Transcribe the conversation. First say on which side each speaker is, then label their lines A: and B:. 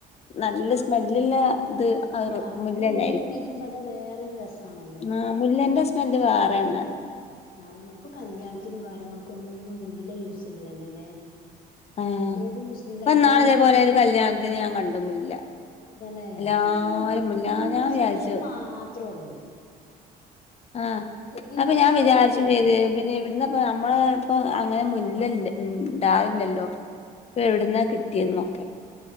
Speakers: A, on the left; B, on the left.
A: നല്ല സ്മെല്ലിള്ള ഇത് അവര്
B: ആ
A: മുല്ലന്നെ
B: അതൊരു പൂ
A: ആയിരിക്കും
B: വിരിയുമ്പോ അത് വേറൊരു രസാണല്ലോ
A: ആഹ് മുല്ലേന്റെ സ് ന്നാന്റെ വേറേണ് അറിം.
B: അതന്നെ ഇപ്പൊ കല്യാൺത്തിനും കാര്യങ്ങൾക്കൊന്നും മുല്ല യൂസെയ്യ്ണില്ലല്ലല്ലേ?
A: ആഹ്
B: ഏത് മുസ്ലിം കല്യാൺത്തിനൊന്നും
A: ഇപ്പൊ ഇന്നാള് ഇതേപോലെ
B: ഇപ്പം മുല്ല
A: ഒരു കല്യാണത്തിന് ഞാൻ കണ്ടു മുല്ല
B: തന്നെ
A: എല്ലാരും
B: പ്പേത്
A: മുല്ല
B: ഹിന്ദൂസിന്റേന്
A: ഞാൻ വിചാരിച്ചു
B: മാത്രള്ളൂ.
A: ആഹ്
B: ഹിന്ദൂസിന്റേല്
A: അപ്പൊ ഞാൻ വിചാരിച്ചും
B: ഇപ്പളും ഉണ്ട്.
A: ചെയ്ത് പിന്നെ
B: ആഹ്
A: എവ്ടുന്നപ്പ നമ്മ ളെ ഇപ്പൊ അങ്ങനെ മുല്ല ഇല്ല ഇണ്ടാല്ലല്ലോ. ഇപ്പൊ എവ്ടുന്നാ കിട്ടിയന്നൊക്കെ.